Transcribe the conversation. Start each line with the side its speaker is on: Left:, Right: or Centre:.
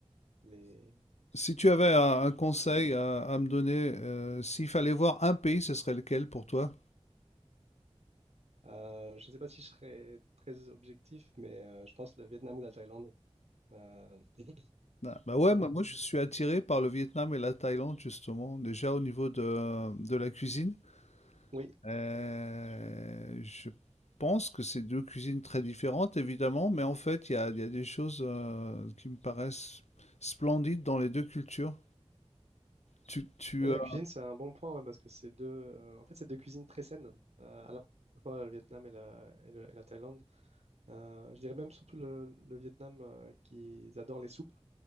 Right: les,
Left: Si tu avais un, un conseil à, à me donner, euh, s'il fallait voir un pays, ce serait lequel pour toi?
Right: euh, je ne sais pas si je serais très objectif, mais euh, je pense le Vietnam ou la Thaïlande Euh, <laughs>
Left: Ah, Bah ouais,
Right: le-
Left: moi, moi, je suis attiré par le Vietnam et la Thaïlande justement, déjà au niveau de, de la cuisine.
Right: Oui,
Left: Euh, je pense que c'est deux cuisines très différentes évidemment, mais en fait il y a, il y a des choses euh, qui me paraissent splendides dans les deux cultures. Tu, tu,
Right: la
Left: euh,
Right: cuisine, c'est un bon point ouais, parce que c'est deux, euh, en fait, c'est deux cuisines très saines, euh, à la fois le Vietnam et la, et le- et la Thaïlande. Euh, je dirais même surtout le, le Vietnam euh, qu'ils adorent les soupes.